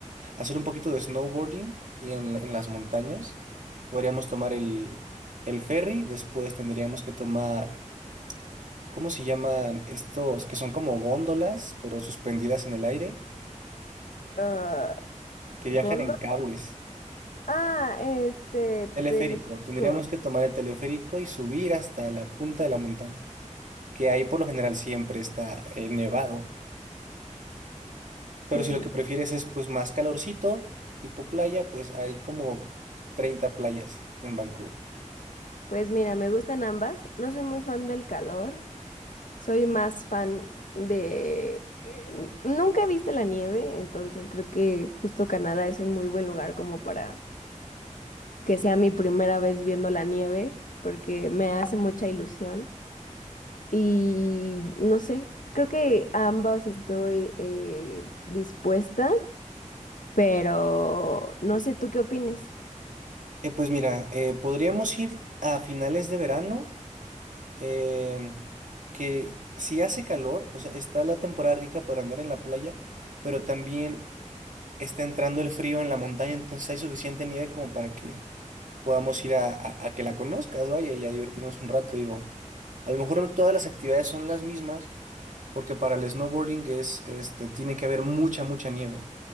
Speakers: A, on the right; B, on the left.
A: hacer un poquito de snowboarding y en, la- en las montañas. Podríamos tomar el, el ferry, después tendríamos que tomar, ¿cómo se llaman estos? Que son como góndolas, pero suspendidas en el aire,
B: Ah,
A: que
B: Gondo.
A: viajan en cables.
B: Ah, este,
A: Teleférico.
B: telefónicos.
A: Tendríamos que tomar el teleférico y subir hasta la punta de la montaña, que ahí por lo general siempre está eh, nevado.
B: Sí,
A: Pero si lo que prefieres es pues más calorcito, tipo playa, pues hay como 30 playas en Vancouver.
B: Pues mira, me gustan ambas. No soy muy fan del calor. Soy más fan de... eh, Nunca he visto la nieve, entonces creo que justo Canadá es un muy buen lugar como para que sea mi primera vez viendo la nieve, porque me hace mucha ilusión. Y no sé, creo que a ambos estoy eh, dispuesta, pero no sé tú qué opines.
A: Eh, pues mira, eh, podríamos ir a finales de verano, em, que si hace calor, o sea, está la temporada rica para andar en la playa, pero también está entrando el frío en la montaña, entonces hay suficiente nieve como para que podamos ir a, a- a que la conozcas, vaya, y a divertirnos un rato, digo. A lo mejor no todas las actividades son las mismas, porque para el snowboarding es, este, tiene que haber mucha, mucha nieve.